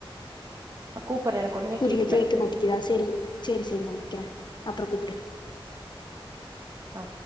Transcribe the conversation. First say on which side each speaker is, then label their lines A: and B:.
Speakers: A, on the right (about 35°); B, on the left (about 55°).
A: நா கூப்பற எனக்கு ஒண்ணுமே
B: புரில
A: கேக்கல
B: கேக்க மாட்டிக்குதா செரி செரி செரி நா வெக்கற அப்பறோ கூப்டு
A: அ